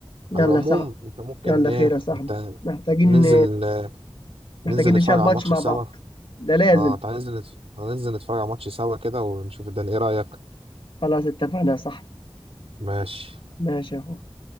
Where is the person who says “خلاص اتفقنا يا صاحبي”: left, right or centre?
Left